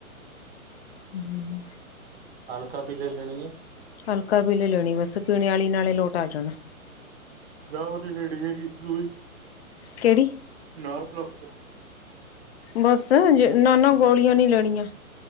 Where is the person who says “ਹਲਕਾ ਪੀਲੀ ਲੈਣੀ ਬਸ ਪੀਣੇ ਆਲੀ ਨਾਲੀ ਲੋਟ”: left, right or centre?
Left